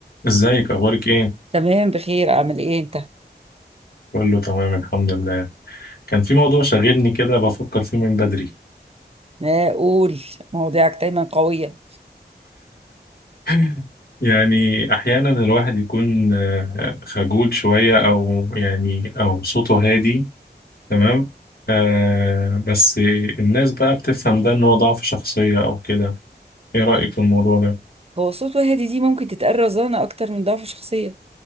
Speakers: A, on the left (about 60°); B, on the right (about 35°).
A: ازيك اخبارك ايه
B: تمام بخير اعمل ايه انت
A: بقول له تمام الحمد لله كان في موضوع شاغلني كده بفكر فيه من بدري
B: ما اقول مواضيعك دايما قوية
A: <laughs> يعني احيانا الواحد يكون آه، خجول شوية او يعني او صوته هادي تمام آه بس الناس بقى بتفهم ده ان هو ضعف شخصية او كده ايه رأيك في الموضوع ده
B: هو صوت وهادي دي ممكن تتقال رزانة اكتر من ضعف شخصية